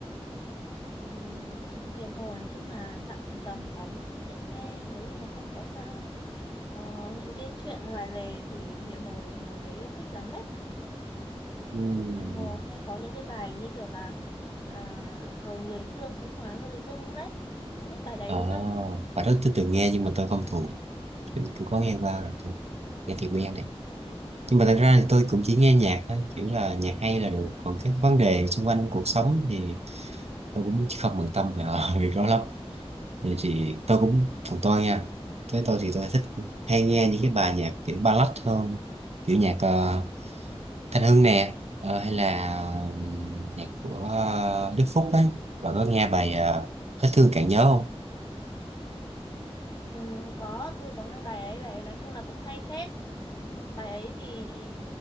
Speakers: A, on the left; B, on the right.
A: Ừ, Hiền Hồ nói chung là giọng trầm ấm dễ nghe nếu như mà không có sa, ờ, những cái chuyện ngoài lề thì Hiền Hồ được nhiều người yêu thích lắm đấy.
B: ừ.
A: Hiền Hồ hay có những cái bài như kiểu là à, rồi người thương cũng hóa người dưng đấy. Không biết bài đấy
B: Ờ,
A: đúng không?
B: bài đó tôi từng nghe nhưng mà tôi không thuộc tôi, tôi có nghe qua rồi tôi nghe thì quen đấy nhưng mà thật ra thì tôi cũng chỉ nghe nhạc thôi chỉ là nhạc hay là được còn các vấn đề xung quanh cuộc sống thì tôi cũng không bận tâm về <laughs> việc đó lắm thì, thì tôi cũng còn tôi nha với tôi thì tôi thích hay nghe những cái bài nhạc kiểu ballad hơn kiểu nhạc ờ, Thanh Hương nè ờ, hay là ừm, nhạc của ờ, Đức Phúc ấy Bạn có nghe bài ờ, Hết thương càng nhớ không
A: Ừ, có tôi có nghe bài ấy bài ấy nói chung là cũng hay phết bài ấy thì